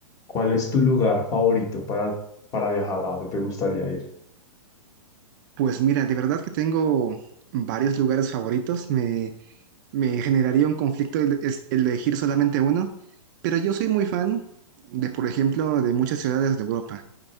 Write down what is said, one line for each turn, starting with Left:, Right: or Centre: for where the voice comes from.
Left: ¿Cuál es tu lugar favorito para, para viajar? ¿A dónde te gustaría ir?
Right: Pues mira, de verdad que tengo varios lugares favoritos. Me, me generaría un conflicto el- es- elegir solamente uno, pero yo soy muy fan de, por ejemplo, de muchas ciudades de Europa.